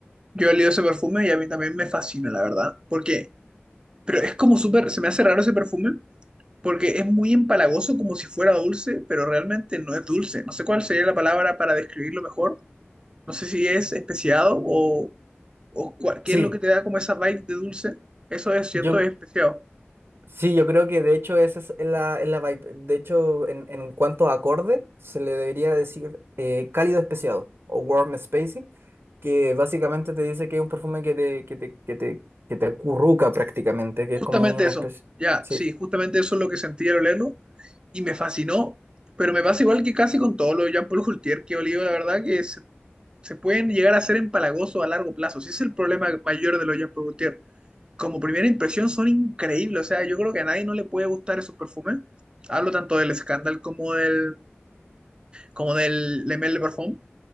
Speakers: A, on the right (about 20°); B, on the right (about 65°).
A: Yo he olido ese perfume y a mí también me fascina, la verdad. ¿Por qué? Pero es como súper, se me hace raro ese perfume porque es muy empalagoso como si fuera dulce, pero realmente no es dulce. No sé cuál sería la palabra para describirlo mejor No sé si es especiado o, o cual- qué
B: Sí,
A: es lo que te da como esa vibe de dulce. Eso es cierto,
B: yo,
A: es especiado.
B: sí, yo creo que de hecho esa es la, es la vibe. De hecho, en, en cuanto a acorde, se le debería decir eh, cálido especiado o warm spacey, que básicamente te dice que es un perfume que te, que te, que te, que te acurruca prácticamente, que
A: Justamente
B: es como una
A: eso.
B: especie.
A: Ya,
B: sí.
A: sí, justamente eso es lo que sentí al olerlo y me fascinó. Pero me pasa igual que casi con todo lo de Jean-Paul Gaultier que he olido, la verdad que se, se pueden llegar a ser empalagosos a largo plazo. Ese es el problema mayor de los Jean-Paul Gaultier. Como primera impresión son increíbles. O sea, yo creo que a nadie no le puede gustar esos perfumes. Hablo tanto del Scandal como del, como del Le Male de Parfum.